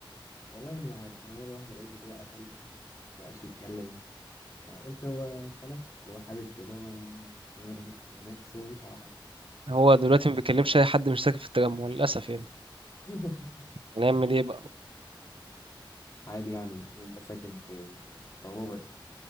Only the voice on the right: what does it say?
هو دلوقتي ما بيكلمش اي حد مش ساكن في التجمع للاسف يعني
هنعمل ايه بقى